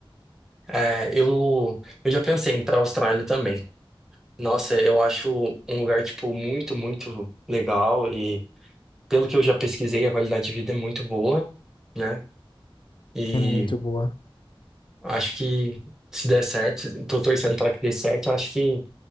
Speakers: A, in the centre; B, on the left.
A: É, eu, eu já pensei em ir para a Austrália também. Nossa, eu acho um lugar, tipo, muito, muito legal e pelo que eu já pesquisei, a qualidade de vida é muito boa, né? E
B: é muito boa.
A: acho que se der certo, tô torcendo para que dê certo, eu acho que